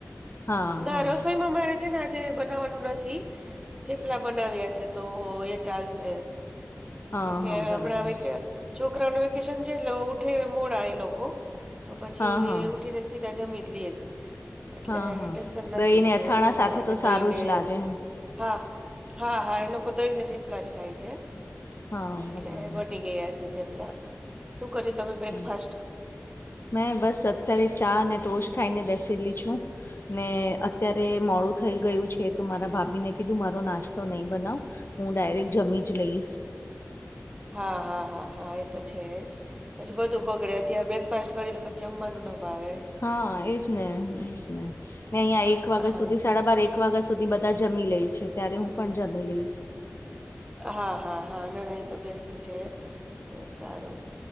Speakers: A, on the left; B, on the right.
A: હા
B: ના
A: હા
B: રસોઈમાં મારે આજે બનાવવાનું નથી થેપલા બનાવ્યા છે, તો એ ચાલશે.
A: હા
B: કેમકે
A: હા બરાબર
B: હમણાં વેકે છોકરાને વેકેશન જ ઉઠે મોડા એ લોકો તો પછી
A: હા હા
B: ઉઠીને સીધા જમી જ લઈએ. જ એટલે
A: હા હા
B: ટેન્શન
A: દહીને
B: નથી કે
A: અથાણા
B: થેપલા
A: સાથે
B: ને
A: તો સારું
B: દઈને
A: જ લાગે
B: હા, હા એ લોકો દહી ને થેપલા જ ખાય છે.
A: હા
B: એટલે
A: બરાબર
B: બની ગયા છે, તે થેપલા શું કર્યું તમે બ્રેકફાસ્ટ?
A: હમ. મેં બસ અત્યારે ચા અને ટોશ ખાઈને બેસેલી છું. ને અત્યારે મોડું થઈ ગયું છે તો મારા ભાભીને કીધું મારો નાસ્તો નહીં બનાવે. હું ડાયરેક્ટ જમી જ લઈશ.
B: હા, હા એ તો છે જ પછી બધું બગડે અત્યારે બ્રેકફાસ્ટ કરી તો પછી જમવાનું ન ભાવે
A: હા, એજ ને એજ ને હં એક વાગ્યા
B: હા
A: સુધી સાડા-બાર એક એક વાગ્યા સુધી બધા જમી લઈ છે, ત્યારે હું પણ જમી લઈશ.
B: હા, હા એ તો બેસ્ટ છે, તો સારું.